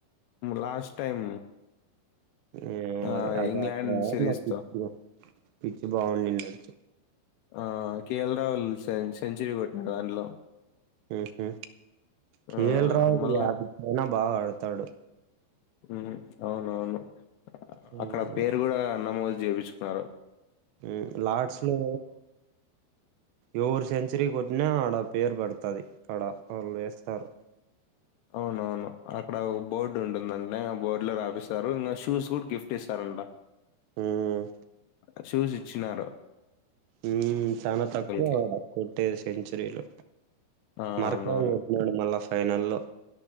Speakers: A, on the left (about 80°); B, on the right (about 80°).
A: లాస్ట్ టైం
B: ఏమో
A: ఆ
B: మరి అది
A: ఇంగ్లాండ్
B: అక్క రావ
A: సిరీస్
B: నా పిచ్చి
A: తో
B: పిచ్చి బాగుండింది అ
A: ఆ కేఎల్ రావుల్ సెంచరీ కొట్టిర్ దాంట్లో
B: ఉహు కేల్
A: ఆ
B: రాహుల్
A: మళ్ళా
B: యాదవ్ బాగా ఆడతడు
A: ఉహు అవునవును
B: హ్మ్
A: అక్కడ పేరు కూడా నమోదు చేపించుకున్నరు
B: ఉమ్ లాడ్స్లో ఎవరు సెంచరీ కొట్టినా ఆడ పేరు పడుతది అక్కడ వాళ్ళు వేస్తారు
A: అవునవును అక్కడ ఒక బోర్డు ఉంటుందంటడి ఆ బోర్డు లో రాపిస్తారు ఇంకా షూస్ కూడా గిఫ్ట్ ఇస్తారంట
B: హ్మ్.
A: ఆ షూసిచ్చినారు
B: ఉమ్ చాలా తక్కువ
A: కి
B: అడ కొట్టేది సెంచరీలో
A: ఆ
B: మరక
A: అవునవును
B: నాడు మళ్ళా ఫైనల్ల్లో